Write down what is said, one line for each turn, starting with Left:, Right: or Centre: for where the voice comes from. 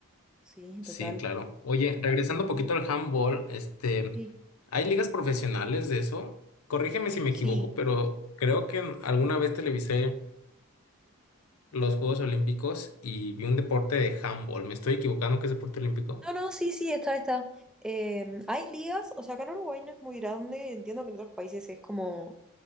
Centre: Sí,
Left: Sí,
Centre: total.
Left: claro. Oye, regresando un poquito
Centre: Y-
Left: al handball, este,
Centre: Sí,
Left: ¿hay ligas profesionales de eso? Corrígeme si me
Centre: sí.
Left: equivoco, pero creo que alguna vez televisé los Juegos Olímpicos y vi un deporte de handball. ¿Me estoy equivocando que es deporte olímpico?
Centre: No, no, sí, sí, está, está. Eh, hay ligas, o sea, acá en Uruguay no es muy grande, entiendo que en otros países es como